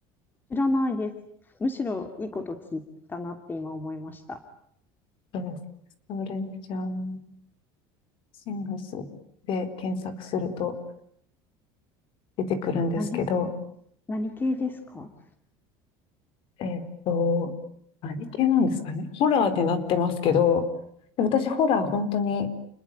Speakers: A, on the left; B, on the left.
A: 知らないです。むしろいいこと聞いたなって今思いました。
B: そうです。ストレンジャーシングスで検索すると出てくるんですけど、
A: 何、何系ですか
B: えっと、何系なんですかね。ホラーになってますけど、で私ホラー本当に